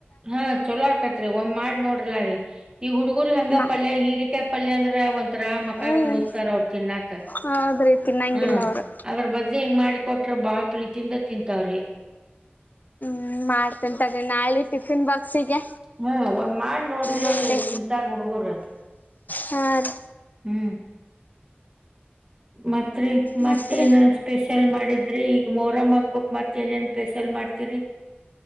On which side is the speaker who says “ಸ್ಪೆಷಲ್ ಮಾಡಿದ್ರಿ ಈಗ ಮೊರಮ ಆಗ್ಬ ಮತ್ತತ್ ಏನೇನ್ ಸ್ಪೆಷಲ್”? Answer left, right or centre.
Right